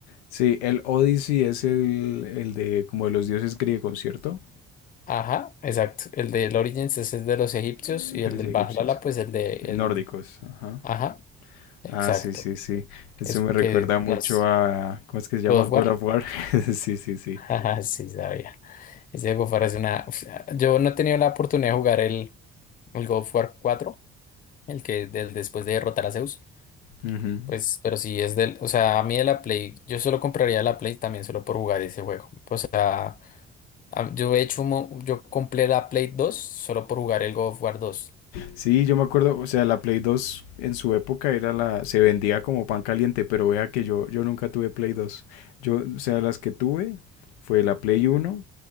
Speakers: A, on the left; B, on the left.
A: Sí, el Odyssey es el, el de como de los dioses griegos, ¿cierto?
B: Ajá, exacto. El del Origins es el de los egipcios
A: Eh,
B: y
A: De
B: el
A: los
B: del
A: egipcios,
B: Valhalla, pues el de el.
A: nórdicos, ajá.
B: Ajá, exacto.
A: Ah, sí, sí, sí. Eso
B: Es
A: me recuerda
B: que
A: mucho
B: nos.
A: a, ¿cómo es que se llama?
B: God of
A: God
B: War.
A: of War. <laughs> Sí, sí,
B: <laughs>
A: sí.
B: Ajá, sí, sabía. Ese juego parece una. o yo no he tenido la oportunidad de jugar el. el God of War cuatro el que del después de derrotar a Zeus.
A: Ujú.
B: Pues, pero si es del, o sea, a mí de la Play, yo solo compraría la Play también solo por jugar ese juego. O sea, a- yo he hecho, un mo- yo compré la Play dos solo por jugar el God of War dos
A: Sí, yo me acuerdo, o sea, la Play 2 en su época era la, se vendía como pan caliente, pero vea que yo, yo nunca tuve Play 2. Yo, o sea, las que tuve fue la Play 1,